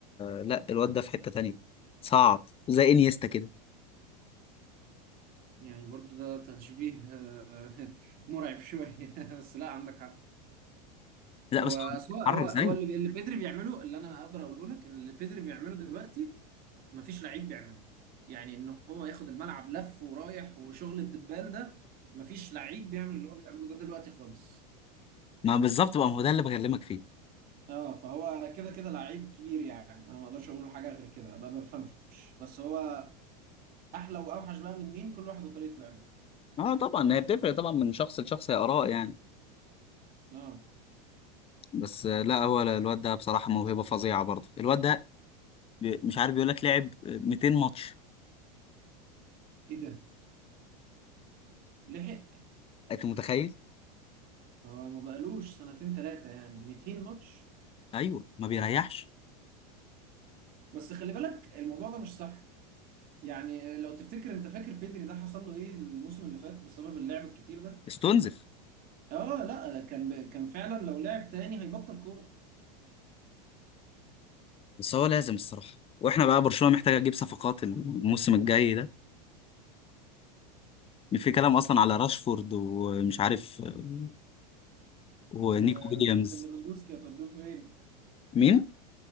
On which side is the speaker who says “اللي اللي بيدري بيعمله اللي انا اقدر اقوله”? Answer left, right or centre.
Right